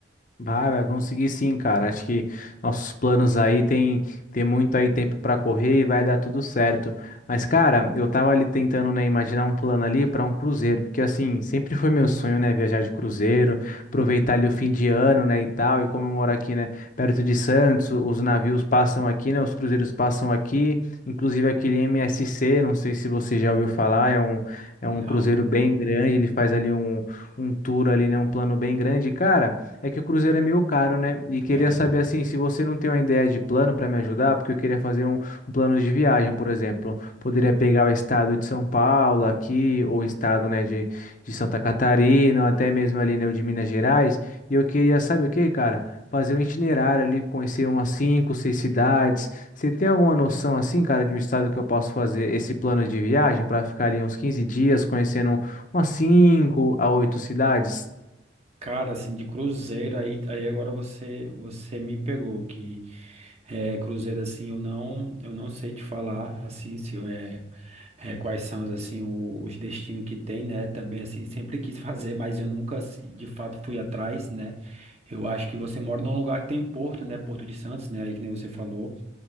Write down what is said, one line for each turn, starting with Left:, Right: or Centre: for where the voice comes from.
Left: Vai, vai conseguir sim, cara. Acho que nossos planos aí tem, tem muito aí tempo pra correr e vai dar tudo certo. Mas, cara, eu tava ali tentando, né, imaginar um plano ali pra um cruzeiro, porque assim, sempre foi meu sonho, né, viajar de cruzeiro, aproveitar ali o fim de ano, né, e tal, e como eu moro aqui, né, perto de Santos, o- os navios passam aqui, né, os cruzeiros passam aqui, inclusive aquele MSC, não sei se você já ouviu falar, é um, é
Right: Não.
Left: um cruzeiro bem grande, ele faz ali um, um tour ali, né, um plano bem grande, cara. É que o cruzeiro é meio caro, né? E queria
Right: É.
Left: saber assim, se você não tem uma ideia de plano para me ajudar, porque eu queria fazer um, um plano de viagem, por exemplo. Poderia pegar o estado de São Paulo aqui, ou o estado, né, de, de Santa Catarina, ou até mesmo ali, né, o de Minas Gerais. E eu queria, sabe o que, cara? Fazer um itinerário ali, conhecer umas cinco, seis cidades. Você tem alguma noção assim, cara, de um estado que eu posso fazer esse plano de viagem para ficar ali uns 15 dias conhecendo umas cinco a oito cidades?
Right: Cara, assim, de cruzeiro, aí, aí agora você você me pegou, que é, cruzeiro, assim, eu não eu não sei te falar, assim, se é, é, quais são, assim, o- os destinos que tem, né, também, assim, sempre quis fazer, mas eu nunca, assim, de fato, fui atrás, né, eu acho que você mora num lugar que tem porto, né, Porto de Santos, né, aí que nem você falou,